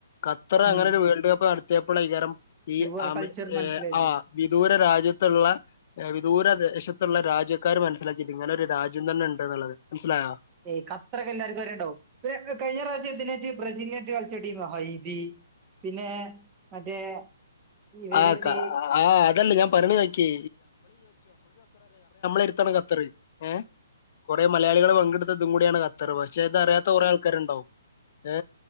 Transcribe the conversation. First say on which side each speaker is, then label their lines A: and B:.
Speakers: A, on the left (about 50°); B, on the right (about 25°).
A: ഖത്തർ
B: ഉം
A: അങ്ങനെ ഒരു വേൾഡ് കപ്പ് നട തേപ്പളായികരം
B: പ്യുവർ
A: ഈ ആമി
B: കൾച്ചർ മനസ്സിലായത്
A: ഏഹ് ആഹ് വിദൂര രാജ്യ ത്ത്ള്ള ഏഹ് വിദൂരദേശത്തുള്ള രാജ്യ ക്കാർ മനസ്സിലാക്കിയത് ഇങ്ങനെ ഒരു രാജ്യ ദ്യം തന്നെണ്ട്ന്നുള്ളത് മനസ്സിലായോ
B: ഏയ് അത്രൊക്കെ എല്ലാർക്കും അറിണ്ടാവും പിന്നെ പിന്നെ കഴിഞ്ഞ പ്രാവശ്യം ഇതിനേറ്റ് ബ്രസീലിനേറ്റ് കളിച്ച ടീമാ ഹൈജീൻ പിന്നെ മറ്റേ ഇവരേറ്റ്
A: ആഹ് കാ ആഹ് അതല്ല ഞാൻ പറണ കേക്കി അടുത്താണ് ഖത്തർ ഏ കുറെ മലയാളികൾ പങ്കെടുത്ത ഇതും കൂടിയാണ് ഖത്തർ പക്ഷെ ഇത് അറിയാത്ത കുറെ ആൾക്കാരുണ്ടാവും ഏ